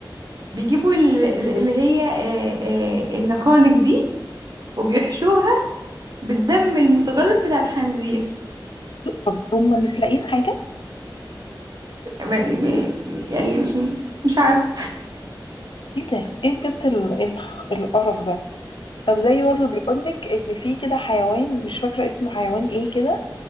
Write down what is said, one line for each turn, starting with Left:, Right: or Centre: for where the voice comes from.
Right: بيجيبوا ال- ال- اللي هي آه، آه، النقانق دي وبيحشوها بالدم المتجلط بتاع الخنزير
Left: طب هم مش لاقيين حاجه
Right: م- م- يعني مش مش عارفه
Left: ايه ده ايه بجد ال- ال- القرف ده طب زي برضه بيقولك ان في كده حيوان مش فاكره اسمه حيوان ايه كده